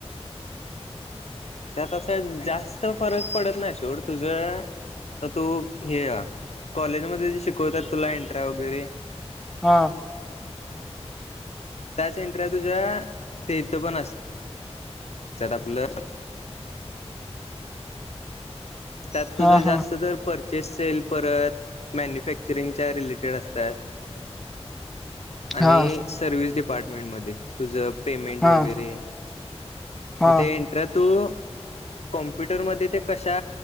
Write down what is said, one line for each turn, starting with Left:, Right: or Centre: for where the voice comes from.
Left: त्यात असं जास्त फरक पडत नाय सोड तुझअ आता तू हे कॉलेजमध्ये जे शिकवत्यात तुला एंट्र्या वेगैरे
Centre: हा,
Left: त्याच एंट्र्या तुझ्याअ ते इत पण अस त्यात आपलं त्यात तुज
Centre: हा हा
Left: जास्त तर पर चे सेल परत मॅन्युफॅक्चरिंगच्या रिलेटेड असत्यात आणि
Centre: हा
Left: सर्विस डिपार्टमेंटमदे तुझ पेमेंट
Centre: हा
Left: वेगेरे,
Centre: हा
Left: म ते एंट्र्या तू कं पुटर मदे ते कशा